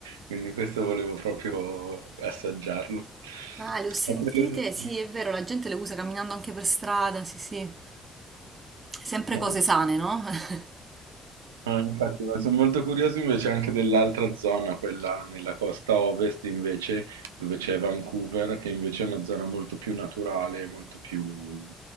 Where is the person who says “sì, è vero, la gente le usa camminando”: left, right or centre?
Right